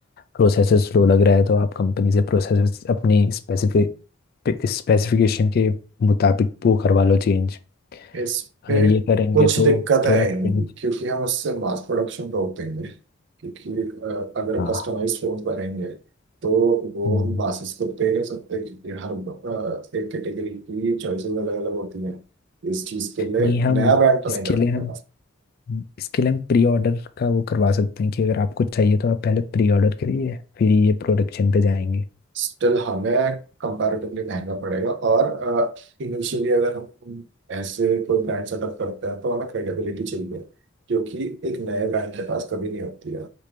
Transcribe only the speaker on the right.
इस पे
कुछ
दिक्कतें
आएंगी
क्योंकि हम उससे मास प्रोडक्शन रोक देंगे क्योंकि अ, अगर
कस्टमाइज फोन बनाएंगे तो वो
हम मासेस को दे नहीं सकते क्योंकि हर अ, एक कैटेगरी की चॉइसेस अलग अलग होती हैं इस चीज के लिए
नया ब्रांड तो
नहीं कर
सकते
स्टिल हमें कंपैरेटिवली महंगा पड़ेगा और इनिशियली uh, अगर हम ऐसे कोई ब्रांड सेटअप करते हैं तो हमें क्रेडिबिलिटी चाहिए क्योंकि एक नए ब्रांड के पास कभी नहीं होती है